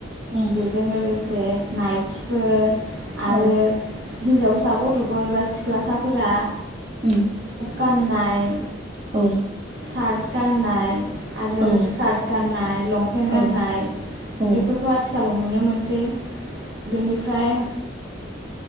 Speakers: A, on the right; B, on the right.
A: उम
B: बेजों लोगोसे जे नाइथिफोर
A: औ
B: आरो हिनजावसा गथ'फोर बा सिख्लासाफोरा
A: उम।
B: गान्नाय
A: औ
B: सार्ट गाननाय आरो
A: औ
B: सि स्कार्ट गाननाय लंफेन गान्नाय
A: औ औ
B: बेफोरखौ आथिखाल नुनो मोनसै। बेनिफ्राय